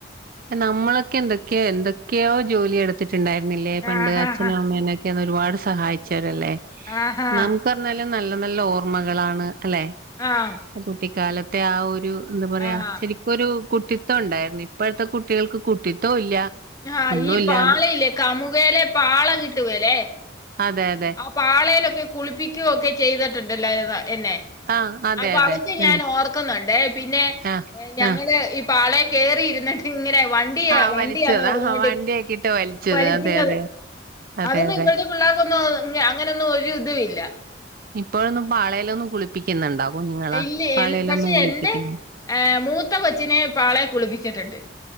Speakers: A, on the right; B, on the left.
A: നമ്മളൊക്കെ എന്തൊക്കെയോ എന്തൊക്കെയോ ജോലി എടുത്തിട്ടുണ്ടായിരുന്നില്ലേ പണ്ട്.
B: ആഹാ
A: അച്ഛനോ
B: ഹാ
A: അമ്മേനോക്കെ. ഒരുപാട് സഹായിഛേരല്ലേ
B: ആഹാ
A: നമുക്ക് നല്ല നല്ല ഓര്. ഓർമ്മകളാണ് അല്ലെ
B: ആഹ്
A: കുട്ടിക്കാലത്തെ ആ ഒരു. എന്താ പറയാ
B: ആഹാ
A: ശരിക്കൊരു കുട്ടിത്വം ഉണ്ടായിരുന്നു. ഇപ്പോഴത്തെ കുട്ടികൾക്ക് കുട്ടിത്വ ഇല്ല.
B: ആഹ്
A: ഒന്നുമില്ലാതെ
B: ഈ പാളല്ലേ കമുകയിലെ പാളം കിട്ടുവെല്ലേ?
A: അതെ അതെ
B: ആ പാളയിലൊക്കെ കുളിപ്പിക്കുകയ ഒക്കെ ചെയ്തിട്ടുണ്ട്. എന്നെ
A: ആഹ് അതെ
B: അപ്പൊ
A: അതെ
B: അതൊക്കെ ഞാൻ
A: ഉണ്ട്
B: ഓർക്കുന്നുണ്ട്. പിന്നെ
A: ആഹ്
B: ഞങ്ങള്
A: ആഹ്
B: പാളയെ കേറിയിരുന്നിട്ട്. ഇങ്ങനെ വണ്ടിയാ
A: ആഹ്
B: വണ്ടിയാന്ന്
A: വലിച്ചത്
B: പറഞ്ഞട്ടി
A: ആഹ് വണ്ടിയാക്കിട്ട് വലിച്ചത്
B: വലിക്കുന്നത്.
A: അതെ അതെ അതെ
B: അതൊന്നും
A: അതെ
B: ഇപ്പഴത്തെ പിള്ളേർക്കൊന്നും അങ്ങനൊന്നും ഒരു ഇത് ഇല്ല.
A: ഇപ്പോഴൊന്നും പാളയിലൊന്നും കുളിപ്പിക്കുന്നുണ്ടോ. കുഞ്ഞുങ്ങളെ
B: ഇല്ല
A: പാളയിലൊന്നും
B: എന് പക്ഷെ
A: കുളിപ്പിക്കുന്നു
B: എന്റെ ഏ മൂത്ത കൊച്ചിനെ പാളെ കുളിപ്പിച്ചിട്ടുണ്ട്.